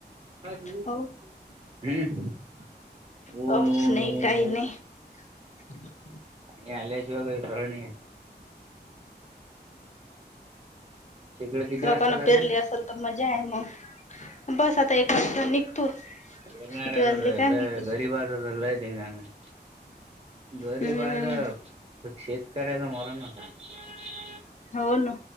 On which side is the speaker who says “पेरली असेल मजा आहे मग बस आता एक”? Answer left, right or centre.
Left